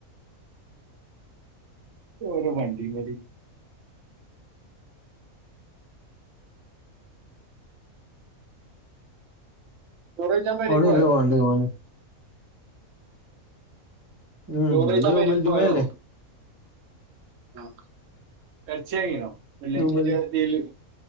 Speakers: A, on the right; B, on the right.
A: ഓരോ വണ്ടി വലി ചോറെയ്ച്ചാൻ മേള്ക്കോയോ
B: ഓണിയല്ലേ വേണ്ടേ ഓന് ഉം
A: ചോറെയ്ച്ചൻ
B: പിന്നെ ജുമൽ
A: പെരി
B: ജുമയല്ലേ
A: പോയോ ആ എറച്ചിയാങ്ങീണോ വെള്ളിയാഴ്ചയ്ട്ടൊര്തീല്
B: ജുമൽ